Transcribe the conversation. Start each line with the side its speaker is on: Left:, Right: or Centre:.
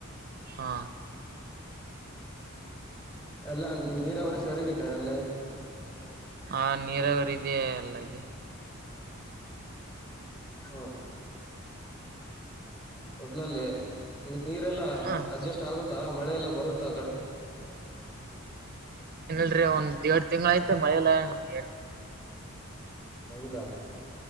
Right: ಹಾ
Left: ಎಲ್ಲಾ ನೀರಾವರಿ ಸರಿಗಟ ಅಲ್ಲಿ.
Right: ಹ ನೀರಾವರಿ ಇದೇ ಎಲ್ಲ ಇದೆ.
Left: ಹಾ ಹಾ. ಒಟ್ನಲ್ಲಿ. ನೀರೆಲ್ಲಾ
Right: ಹ
Left: ಅಡ್ಜಸ್ಟ್ ಆಗುತ್ತಾ ಮಳೆಲ್ಲ ಬರುತ್ತಾ ಆ ಕಡೆ.
Right: ದ್ರಿ ಒಂದ್ ಏಡ್ ತಿಂಗಳ ಐತ್ ಮಳೆಯಿಲ್ಲ ಏನಿಲ್ಲ.
Left: ಹೌದಾ